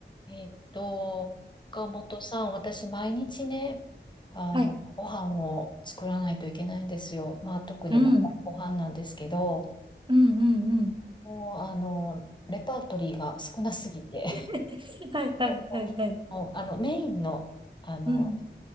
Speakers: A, on the left; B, on the right.
A: えっと、岡本さん、私、毎日ね、あの、
B: はい。
A: ご飯を作らないといけないんですよ。まあ、特に、
B: うん。
A: まあ、
B: うん、
A: ご飯なんですけど、
B: うん、うん。
A: もう、あの、レパートリーが少なすぎて、
B: <laughs> はい、はい、
A: <laughs>
B: はい、はい。
A: もう、あの、メインの、あの、
B: うん。